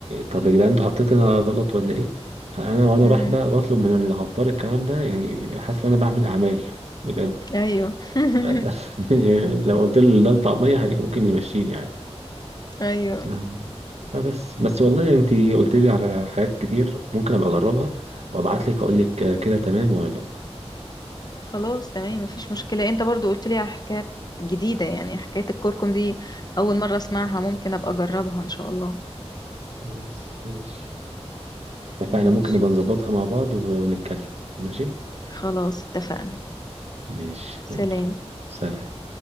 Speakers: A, on the right; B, on the left.
A: طب يا جدعان انتوا حطيتها غلط ولا إيه؟ فأنا وأنا
B: امم
A: رايح بقى بطلب من العطار الكلام ده يعني حاسس إن أنا بعمل أعمال بجد
B: ايوه <laughs>
A: <laughs> لو قلت له ده الطعمية هي ممكن يمشيني عادي
B: ايوه
A: نعم. فبس بس والله انت قلت لي على حاجات كتير ممكن ابقى اجربها وابعت لك اقول لك كده تمام ولا لا
B: خلاص تمام مفيش مشكلة انت برضو قلت لي على حكايات جديدة يعني حكاية الكركم دي اول مرة اسمعها ممكن ابقى اجربها ان شاء الله
A: خلاص ماشي اتفقنا
B: ماشي
A: ممكن نبقى نظبطها مع بعض ونتكلم ماشي
B: خلاص اتفقنا
A: ماشي
B: سلام
A: يلا سلام